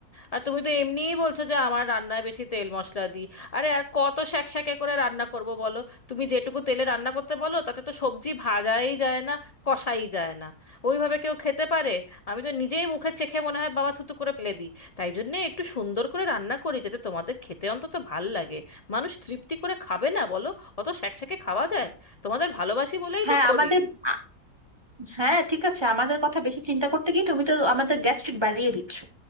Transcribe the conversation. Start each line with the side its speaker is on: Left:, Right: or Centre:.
Left: আর তুমি তো এমনিই বলছো যে আমার রান্নায় বেশি তেল মশলা দিই আরে আর কত শ্যাকশ্যাকে করে রান্না করব বলো তুমি যেটুকু তেলে রান্না করতে বলো তাতে তো সবজি ভাজাই যায় না কষাই যায় না ওইভাবে কেউ খেতে পারে আমি তো নিজেই মুখে চেখে মনে হয় বাবা থুতু করে ফেলে দিই তাই জন্য একটু সুন্দর করে রান্না করি যাতে তোমাদের খেতে অন্তত ভাল লাগে মানুষ তৃপ্তি করে খাবে না বলো অত শ্যাকশ্যাকে খাওয়া যায় তোমাদের ভালোবাসি বলেই
Right: হ্যাঁ
Left: তো করি
Right: আমাদের আ- হ্যাঁ ঠিক আছে আমাদের কথা বেশি চিন্তা করতে গিয়ে তুমি তো আমাদের গ্যাস্ট্রিক বাড়িয়ে দিচ্ছ